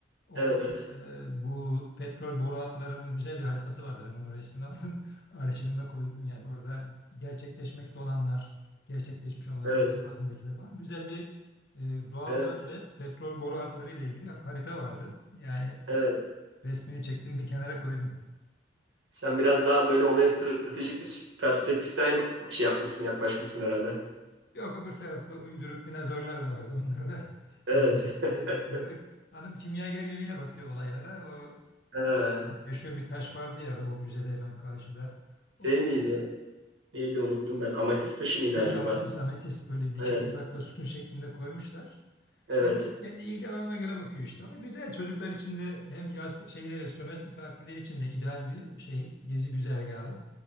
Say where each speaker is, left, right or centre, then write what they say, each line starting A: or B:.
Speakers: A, on the left; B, on the right.
A: Orada
B: evet,
A: e, bu petrol boru hatlarının güzel bir haritası vardı. Ben onun resmini <laughs> aldım. Arşivime koydum yani. Orada gerçekleşmekte olanlar, gerçekleşmiş olanlar
B: evet,
A: proje bazındaki de falan. Güzel bir e, doğal
B: evet,
A: gaz ve petrol boru hatları ile ilgili harita vardı. Yani
B: evet.
A: resmini çektim bir kenara koydum.
B: Sen biraz daha böyle olaya stratejik üst perspektiften şey yapmışsın, yaklaşmışsın herhalde.
A: Yok öbür tarafta uyduruk dinozorlar da vardı. Onları da <laughs>
B: Evet.
A: gezdik,
B: <laughs>
A: gezdik gördük. Hanım kimyager yönüyle bakıyor olaylara. O
B: Ha,
A: e, yaşıyor bir taş vardı ya o müzede hemen karşıda. O
B: şey miydi? Neydi unuttum ben. Amatist taşı mıydı
A: he,
B: acaba?
A: ametis ametist böyle dikey
B: Evet.
A: olarak da sütun şeklinde koymuşlar.
B: Evet.
A: Herkes kendi ilgi alanına göre bakıyor işte. Ama güzel çocuklar için de hem yaz şeyleri, sömestr tatilleri için de ideal bir şey. Gezi güzergahı.